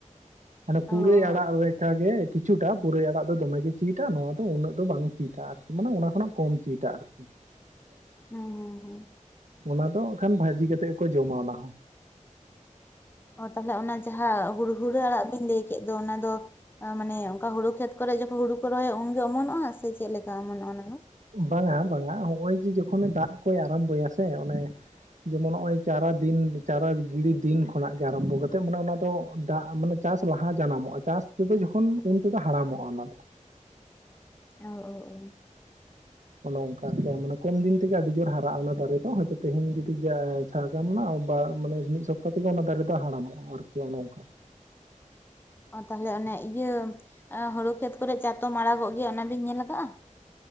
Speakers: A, on the right (about 65°); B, on the left (about 15°).
A: ᱢᱟᱱᱮ ᱯᱩᱨᱟᱹᱭ
B: ᱚ ᱚ
A: ᱟᱲᱟᱜ ᱞᱮᱠᱟ ᱜᱮ ᱠᱤᱪᱷᱩᱴᱟ ᱯᱩᱨᱟᱹᱭ ᱟᱲᱟᱜ ᱫᱚ ᱫᱚᱢᱮ ᱜᱮ ᱪᱤᱴᱟ ᱱᱚᱣᱟ ᱫᱚ ᱩᱱᱟᱹᱜ ᱫᱚ ᱵᱟᱝ ᱪᱤᱴᱟ ᱟᱨᱠᱤ ᱢᱟᱱᱮ ᱚᱱᱟ ᱠᱷᱚᱱᱟᱜ ᱠᱚᱢ ᱪᱤᱴᱟ ᱟᱨᱠᱤ ᱚᱟᱭ <inaudible>
B: ᱦᱩᱸ ᱦᱩᱸ ᱦᱩᱸ
A: ᱚᱱᱟ ᱫᱚ ᱠᱷᱟᱱ ᱵᱷᱟᱹᱡᱤ ᱠᱟᱛᱮᱜ ᱜᱮ ᱠᱚ ᱡᱚᱢᱟ ᱚᱱᱟ ᱦᱚᱸ
B: ᱚ ᱛᱟᱦᱚᱞᱮ ᱚᱱᱟ ᱡᱟᱦᱟᱸ ᱦᱩᱲᱩ ᱦᱩᱲᱟᱹ ᱟᱲᱟᱜ ᱵᱤᱱ ᱞᱟᱹᱭ ᱠᱮᱫ ᱫᱚ ᱚᱱᱟ ᱫᱚ ᱢᱟᱱᱮ ᱚᱱᱠᱟ ᱦᱩᱲᱩ ᱠᱷᱮᱛ ᱠᱚᱨᱮ ᱡᱚᱠᱷᱚᱱ ᱦᱩᱲᱩ ᱠᱚ ᱨᱚᱦᱚᱭᱟ ᱩᱱᱜᱮ ᱚᱢᱚᱱᱚᱜᱼᱟ ᱥᱮ ᱪᱮᱫ ᱞᱮᱠᱟ ᱚᱢᱚᱱᱚᱜᱼᱟ ᱚᱱᱟᱫᱚ
A: ᱵᱟᱝᱟ ᱵᱟᱝᱟ ᱦᱚᱜᱼᱚᱭ ᱡᱮ ᱡᱚᱠᱷᱚᱱᱮ ᱫᱟᱜ ᱠᱚᱭ ᱟᱨᱚᱢᱵᱚᱭᱟ ᱥᱮ ᱚᱱᱮ ᱡᱮᱢᱚᱱ ᱱᱚᱜ ᱚᱭ ᱪᱟᱨᱟ ᱫᱤᱱ ᱪᱟᱨᱟ ᱜᱤᱲᱤ ᱫᱤᱱ ᱠᱷᱚᱱᱟᱜ ᱜᱮ ᱟᱨᱚᱢᱵᱚ ᱠᱟᱛᱮᱫ ᱢᱟᱱᱮ ᱚᱱᱟ ᱫᱚ ᱫᱟᱜ ᱢᱟᱱᱮ ᱪᱟᱥ ᱞᱟᱦᱟ ᱡᱟᱱᱟᱢᱚᱜᱼᱟ ᱪᱟᱥ ᱛᱮᱫᱚ ᱡᱚᱠᱷᱚᱱ ᱩᱱᱛᱮᱫᱚ ᱦᱟᱲᱟᱢᱚᱜᱼᱟ ᱚᱱᱟ ᱫᱚ᱾
B: ᱚ ᱚ ᱚ᱾
A: ᱚᱱᱮ ᱚᱱᱠᱟ ᱛᱮ ᱢᱟᱱᱮ ᱠᱚᱢ ᱫᱤᱱ ᱛᱮᱜᱮ ᱟᱹᱰᱤ ᱡᱳᱨ ᱦᱟᱨᱟᱜᱼᱟ ᱚᱱᱟ ᱫᱟᱨᱤ ᱫᱚ ᱦᱚᱭᱛᱳ ᱛᱮᱦᱤᱧ ᱡᱩᱫᱤ ᱡᱟᱥ ᱥᱟᱨᱡᱟᱢᱱᱟ ᱵᱟ ᱢᱟᱱᱮ ᱢᱤᱫ ᱥᱚᱯᱛᱟ ᱛᱮᱜᱮ ᱚᱱᱟ ᱫᱟᱨᱮ ᱫᱚ ᱦᱟᱲᱟᱢᱚᱜᱼᱟ ᱟᱨᱠᱤ ᱚᱱ ᱚᱝᱠᱟ᱾
B: ᱚ ᱛᱟᱦᱚᱞᱮ ᱚᱱᱮ ᱤᱭᱟᱹ ᱦᱳᱲᱳ ᱠᱷᱮᱛ ᱠᱚᱨᱮ ᱪᱟᱛᱚᱢ ᱟᱲᱟᱜᱚᱜ ᱜᱮᱭᱟ ᱚᱱᱟ ᱵᱤᱱ ᱧᱮᱞ ᱠᱟᱜᱼᱟ?